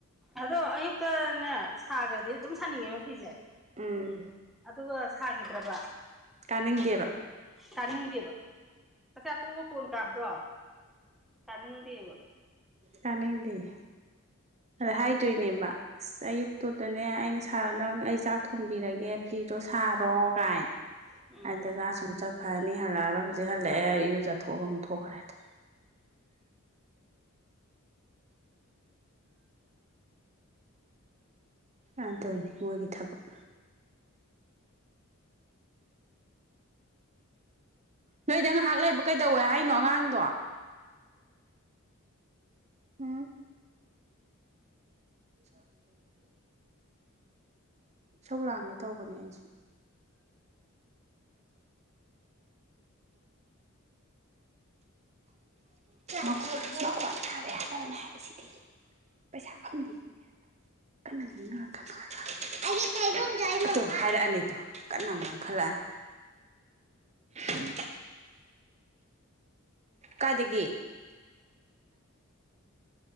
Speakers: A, in the centre; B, on the right.
A: ꯑꯗꯣ ꯑꯌꯨꯛꯇꯅꯦ ꯁꯥꯒ꯭ꯔꯗꯤ ꯑꯗꯨꯝ ꯁꯥꯅꯤꯡꯉꯦꯕ ꯐꯤꯁꯦ
B: ꯎꯝ
A: ꯑꯗꯨꯒ ꯁꯥꯒꯤꯗ꯭ꯔꯕ
B: ꯀꯥꯅꯤꯡꯗꯦꯕ
A: ꯀꯥꯅꯤꯡꯗꯦꯕ ꯆꯥꯛ ꯆꯥ ꯇꯣꯛꯑꯒ ꯀꯣꯟ ꯀꯥꯕꯗꯣ ꯀꯅꯤꯗꯦꯕ
B: ꯀꯥꯅꯤꯡꯗꯤꯌꯦ ꯑꯗ ꯍꯥꯏꯗꯣꯏꯅꯦꯕ ꯑꯁ ꯑꯌꯨꯛꯇꯨꯗꯅꯦ ꯑꯩꯅ ꯁꯥꯔ ꯅꯪ ꯑꯩ ꯆꯥꯛ ꯊꯣꯡꯕꯤꯔꯒꯦ ꯐꯤꯗꯣ ꯁꯥꯔꯣ ꯀꯥꯏ
A: ꯎꯝ
B: ꯑꯗꯨꯒ ꯑꯁꫭꯝ ꯆꯠꯈ꯭ꯔꯅꯤ ꯍꯜꯂꯛ ꯑꯔꫭꯏ ꯍꯧꯖꯤꯛ ꯍꯜꯂꯛꯑꯦ ꯏꯔꯨꯖ ꯊꯣꯛꯑꯒ ꯑꯃꯨꯛ ꯊꯣꯛꯈ꯭ꯔꯦꯗꯨ ꯑꯗꯨꯅꯤ ꯃꫭꯏꯒꯤ ꯊꯕꯛ ꯅꯣꯏꯗ ꯉꯥꯏꯍꯥꯛ ꯂꯩꯕ ꯀꯩꯗꯧꯋꯦ ꯍꯥꯏꯅꯣ ꯑꯉꯥꯡꯗꯣ ꯍꯨꯝ <inaudible> ꯁꯧ ꯂꯥꯡꯒꯦ ꯇꯧꯕꯅꯦ ꯑꯩꯁꯨ ꯃꯈꫭꯟ ꯇꯥꯕ ꯌꯥꯗꯕꯅꯦ ꯍꯥꯏꯕꯁꯤꯗꯤ ꯄꯩꯁꯥ ꯐꯪꯕꯤꯒꯤꯅꯦ ꯍꯥꯏꯕ ꯀꯥꯟꯅ ꯉꯥꯡꯅꯔꯛ ꯀꯅꫭ ꯍꯥꯏꯕ ꯇꯨ ꯍꯥꯏꯔꯛꯑꯅꯤꯗꯣ ꯀꯟꯅ ꯑꯃꯨꯛ ꯉꯥꯡꯈꯠ ꯂꯛꯑꯅꯤ <inaudible> ꯀꯥꯏꯗꯒꯤ